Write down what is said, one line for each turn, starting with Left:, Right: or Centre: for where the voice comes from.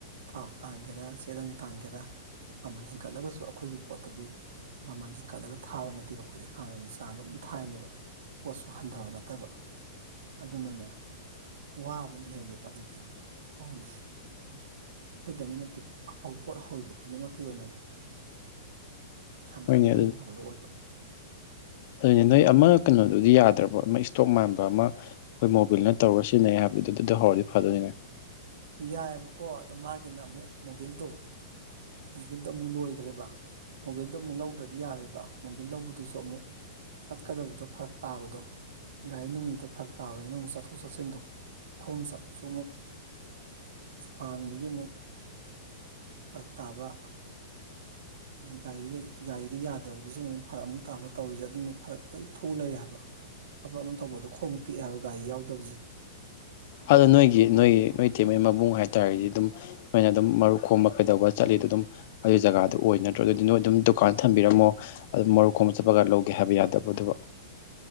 Right: ꯊꯥꯎ ꯇꯥꯡꯒꯦꯔꯥ ꯆꯦꯔꯪ ꯇꯥꯡꯒꯦꯔꯥ ꯃꯃꯜ ꯍꯦꯟꯒꯠꯂꯒꯁꯨ ꯑꯩꯈꯣꯏꯒꯤ ꯄꯣꯠꯇꯗꯤ ꯃꯃꯜ ꯍꯤꯡꯀꯠꯂꯒ ꯊꯥꯕ ꯅꯠꯇꯦꯕ ꯑꯩꯈꯣꯏꯗꯤ ꯍꯥꯟꯅꯒꯤ ꯆꯥꯡꯗꯣ ꯑꯗꯨꯝ ꯊꯥꯏꯅꯦꯕ ꯄꯣꯠꯁꯨ ꯍꯟꯊꯕ ꯅꯠꯇꯕ ꯑꯗꯨꯅꯅꯦ ꯋꯥꯕꯅ ꯍꯦꯜꯂꯦꯕ ꯍꯧꯖꯤꯛꯇꯤ ꯍꯧꯔꯤꯁꯦ ꯑꯩꯈꯣꯏꯛꯇꯪꯒꯤ ꯅꯠꯇꯦ ꯄꯣꯠ ꯍꯧꯔꯤꯕ ꯈꯨꯗꯤꯡꯃꯛꯀꯤ ꯑꯣꯏꯅꯅꯤ ꯌꯥꯝꯅ
Left: ꯍꯣꯏꯅꯦ
Right: ꯀꯟꯅ ꯇꯣꯡꯗꯕꯗꯣ ꯑꯣꯏꯕ
Left: ꯍꫭꯏꯅ‌ꯦ ꯅꯣꯏ ꯑꯃ ꯀꯩꯅꯣꯗꯨꯗꯤ ꯌꯥꯗ꯭ꯔꯕꫭ ꯑꯃ ꯏꯁꯇꯣꯛ ꯃꯥꯟꯕ ꯑꯃ ꯑꯩꯈꯣꯏ ꯃꯣꯕꯤꯜꯅ ꯇꯧꯔꯒ ꯁꯤꯖꯤꯟꯅꯩ ꯍꯥꯏꯕ ꯑꯗꯨꯗ <unintelligible> ꯑꯗꯨꯗꯤ ꯍꯧꯔꯗꯤ ꯐꯗꯣꯏꯅꯦ
Right: ꯌꯥꯏꯑꯕꯀꯣ ꯑꯣ ꯃꯥꯒꯤꯅ ꯑꯃꯨꯛ ꯃꯣꯚꯜꯗꯣ ꯃꯣꯚꯜꯗꯣ ꯑꯃꯨꯛ ꯂꯣꯏꯈ꯭ꯔꯦꯕ ꯃꯣꯕꯜꯗ ꯑꯃꯨꯛ ꯂꯧꯗ꯭ꯔꯗꯤ ꯌꯥꯔꯣꯏꯕ ꯃꯣꯕꯜ ꯂꯧꯕꯗꯨꯁꯨ ꯑꯃꯨꯛ ꯆꯠꯀꯗꯕꯗꯣ ꯐꯔꯛ ꯇꯥꯕꯗꯣ ꯒꯥꯔꯤ ꯅꯨꯡꯂꯤꯗꯨ ꯐꯔꯛ ꯇꯥꯕꯅꯤꯅ ꯑꯃꯨꯛ ꯆꯠꯊꯣꯛ ꯆꯠꯁꯤꯟꯗꯣ ꯈꯣꯝ ꯆꯠꯄꯁꯨ ꯑꯃꯨꯛ ꯁꯥꯡꯕꯒꯤ ꯑꯃꯨꯛ ꯐꯔꯛ ꯇꯥꯕ ꯒꯥꯔꯤꯗ ꯒꯥꯔꯤꯗ ꯌꯥꯗꯕꯒꯤꯁꯨ ꯑꯃꯨꯛ ꯐꯔꯛ ꯑꯃꯨꯛ ꯇꯥꯕ ꯇꯧꯔꯤꯁꯦ ꯑꯗꯨꯅꯦ ꯐꯔꯛ ꯂꯣꯏ ꯐꯨ ꯂꯩꯔꯦ ꯍꯥꯏꯕ ꯊꯕꯛ ꯑꯃ ꯇꯧꯕꯗꯣ ꯈꯣꯡ ꯇꯤꯛꯑꯦ ꯍꯥꯏꯕ ꯒꯥꯔꯤ ꯌꯥꯎꯗꯕꯁꯦ
Left: ꯑꯗꯣ ꯅꯣꯏꯒꯤ ꯅꯣꯏꯒꯤ ꯅꯣꯏ ꯏꯇꯩꯃꯩ ꯃꯕꯨꯡ ꯍꯥꯏꯇꯥꯔꯗꯤ ꯑꯗꯨꯝ ꯃꯣꯏꯅ ꯑꯗꯨꯝ ꯃꯔꯨꯞ ꯈꯣꯝꯕ ꯀꯩꯗꯧꯕ ꯆꯠꯂꯤꯗꯣ ꯑꯗꯨꯝ ꯑꯗꯨ ꯖꯒꯥꯗꯨ ꯑꯣꯏ ꯅꯠꯇ꯭ꯔꯒꯗꯤ ꯅꫭꯏ ꯑꯗꯨꯝ ꯗꯨꯀꯥꯟ ꯊꯝꯕꯤꯔꯝꯃꯣ ꯑꯗꯨ ꯃꯔꯨꯞ ꯈꫭꯝꯕ ꯆꯠꯄꯒ ꯂꯧꯒꯦ ꯍꯥꯏꯕ ꯌꯥꯗꯕꯔꫭ ꯑꯗꯨꯕꯨ